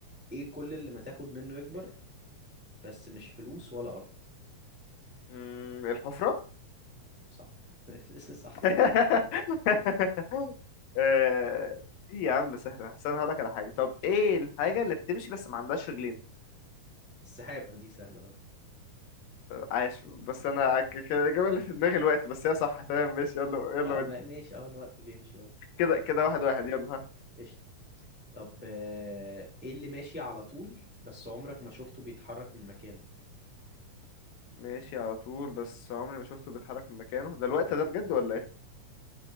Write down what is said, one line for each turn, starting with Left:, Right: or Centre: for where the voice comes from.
Centre: ايه كل اللي ما تاخد منه يكبر بس مش فلوس ولا ارض
Left: امم الحفره
Centre: صح <laughs> صح
Left: <laughs>
Centre: إيه؟
Left: آه، ايه يا عم سهله بس انا هقول لك على حاجه طب ايه الحاجه اللي بتمشي بس ما عندهاش رجلين
Centre: السحابه دي سهله برضه
Left: عاش بس انا ك- ك- الاجابه اللي في دماغي الوقت بس هي صح تمام ماشي يلا يلا
Centre: اه
Left: ودي
Centre: ما- ماشي اه الوقت بيمشي برضه
Left: كده كده
Centre: ماشي
Left: واحد واحد يلا ها
Centre: قشطة طب آه، ايه اللي ماشي على طول بس عمرك ما شفته بيتحرك من مكانه
Left: ماشي على طول بس عمري ما شفته بيتحرك من مكانه ده الوقت
Centre: م.
Left: ده بجد ولا ايه